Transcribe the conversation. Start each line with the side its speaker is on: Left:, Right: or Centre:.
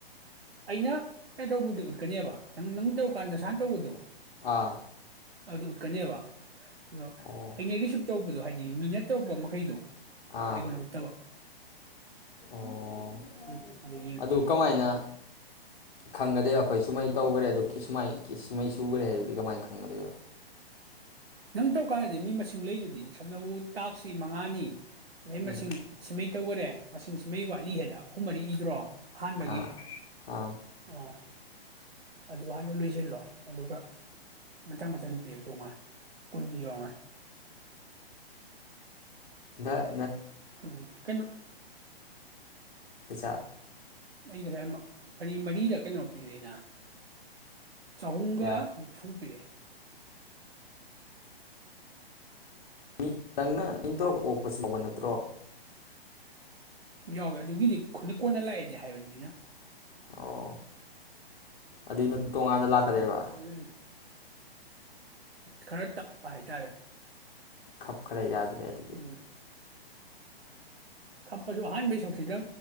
Right: ꯑꯩꯅ ꯀꯩꯗꯧꯕꯒꯤ ꯎꯠꯀꯅꯤꯕ ꯅꯪ ꯅꯪ ꯇꯧꯔꯀꯥꯟꯗ ꯅꯁꯥꯅ ꯇꯧꯕꯗꯣ
Left: ꯑꯥ
Right: ꯑꯗꯨ ꯎꯠꯀꯅꯦꯕ ꯑꯗꯣ
Left: ꯑꯣ
Right: ꯑꯩꯅ ꯔꯤꯁꯤꯞ ꯇꯧꯕꯗꯣ ꯍꯥꯏꯗꯤ ꯃꯤꯅꯠ ꯇꯧꯔꯛꯄ ꯃꯈꯩꯗꯣ
Left: ꯑꯥ
Right: ꯑꯩꯒꯅꯤ ꯎꯠꯇꯕꯥ
Left: ꯑꯣ
Right: ꯎꯝ ꯑꯗꯨꯒꯤꯅꯤ
Left: ꯑꯗꯨ ꯀꯃꯥꯏꯅ ꯈꯪꯒꯗꯦ ꯑꯩꯈꯣꯏ ꯁꯨꯃꯥꯏ ꯇꯧꯒꯥꯔꯦ ꯑꯗꯣ ꯀꯤꯁꯃꯥꯏ ꯀꯤꯁꯃꯩ ꯁꯨꯈ꯭ꯔꯦ ꯍꯥꯏꯗꯨꯗꯤ ꯀꯃꯥꯏꯅ ꯈꯪꯒꯗꯣꯏꯕ
Right: ꯅꯪ ꯇꯧꯔꯀꯥꯟꯗꯗꯤ ꯃꯤ ꯃꯁꯤꯡ ꯂꯩꯗꯨꯗꯤ ꯁꯝꯅꯕꯨ ꯇꯥꯛꯁꯤ ꯃꯉꯥꯅꯤ ꯑꯗꯩ
Left: ꯎꯝ
Right: ꯃꯁꯤꯡ ꯁꯤꯃꯩ ꯇꯧꯈꯔꯦ ꯃꯁꯤꯡꯁꯤꯃꯩ ꯋꯥꯠꯂꯤ ꯍꯥꯏꯗ ꯑꯍꯨꯝ ꯃꯔꯤ ꯏꯗ꯭ꯔꯣ ꯍꯟꯕꯒꯤ
Left: ꯑꯥ ꯑꯥ
Right: ꯑꯣ ꯑꯗꯨ ꯍꯥꯏꯅ ꯂꯣꯏꯁꯤꯜꯂꯣ ꯑꯗꯨꯒ ꯃꯊꯪ ꯃꯊꯪ ꯁꯨꯝ ꯄꯤꯔꯛꯇꯧ ꯉꯥꯏ ꯀꯨꯟꯗꯨ ꯌꯧꯔꯝꯉꯥꯏ
Left: ꯗ
Right: ꯎꯝ ꯀꯩꯅꯣ <inaudible>
Left: ꯈꯖꯆꯥ
Right: ꯑꯩ ꯉꯁꯥꯏ ꯃꯔꯤ ꯃꯔꯤꯗ ꯀꯩꯅꯣ ꯄꯤꯗꯏꯅ ꯆꯍꯨꯝꯒ
Left: ꯀꯌꯥ
Right: ꯅꯤꯐꯨ ꯄꯤꯔꯛꯑꯦ
Left: ꯃꯤ ꯅꯪꯅ ꯃꯤ ꯇꯔꯨꯛꯇ ꯑꯣꯛꯄꯁꯨ ꯌꯥꯎꯕ ꯅꯠꯇ꯭ꯔꯣ
Right: ꯌꯥꯎꯋꯦ ꯑꯗꯨꯒꯤꯗꯤ ꯑꯩꯅ ꯀꯣꯟꯅ ꯂꯥꯛꯑꯦꯗꯤ ꯍꯥꯏꯕꯅꯤꯅꯤꯅ
Left: ꯑꯣ ꯑꯗꯨꯅ ꯇꯣꯉꯥꯟꯅ ꯂꯥꯛꯀꯗꯕ
Right: ꯎꯝ ꯑꯗꯨꯅ ꯈꯔ ꯇꯞꯄ ꯍꯥꯏꯇꯥꯔꯦ
Left: ꯈꯔꯦ ꯌꯥꯗ꯭ꯔꯦ ꯑꯗꯨꯗꯤ
Right: ꯎꯝ ꯀꯞꯄꯁꯨ ꯑꯍꯥꯟꯕꯩ ꯁꯛꯁꯤꯗ